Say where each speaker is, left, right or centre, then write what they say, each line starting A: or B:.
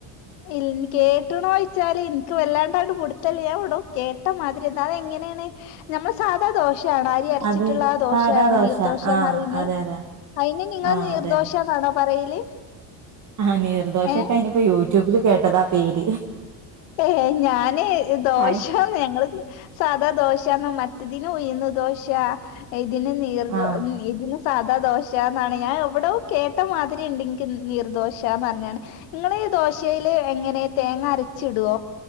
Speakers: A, on the left; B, on the right.
A: ഇൽ കേട്ടുണോച്ചാല് ഇൻക്ക് വല്ലാണ്ടാണ്ട് പുടുത്തല്യ ഞാൻ എവിടോ കേട്ട മാതിരി എന്നാ അത് എങ്ങനെയാണ് ഞമ്മള് സാധാ ദോശ് <unintelligible> ആണാ അരി അരച്ചിട്ടിള്ള
B: അത്
A: ആ ദോശയാണോ
B: സാദാ ദോശ
A: നീർ ദോശാന്നറിയുന്ന്.
B: ആഹ് അതെ അതെ
A: അയിന് നിങ്ങൾ
B: ആഹ്
A: നിർദോശാന്നാണോ
B: അതന്നെ
A: പറയല്
B: ആഹ് നീർദോശൊക്കെ
A: ഏ
B: അയിനിപ്പോ യൂട്യൂബില് കേട്ടതാ പേര്
A: ഏഹ് ഞാന് ദോശാന്ന്
B: ആയി
A: ഞങ്ങള് സാധാ ദോശയാന്നാ മറ്റതിനും ഉയുന്ന് ദോശാ ഇ ഇതിന് നീർദോ
B: ആഹ്
A: ഇതിന് സാധാ ദോശാന്നാണ് ഞാൻ എവിടോ കേട്ട മാതിരിയിണ്ട് ഇൻക്ക് നീർദോശാന്നറഞ്ഞാണ് ഇങ്ങള് ഈ ദോശേല് എങ്ങനെ തേങ്ങ അര ച്ചിടോ?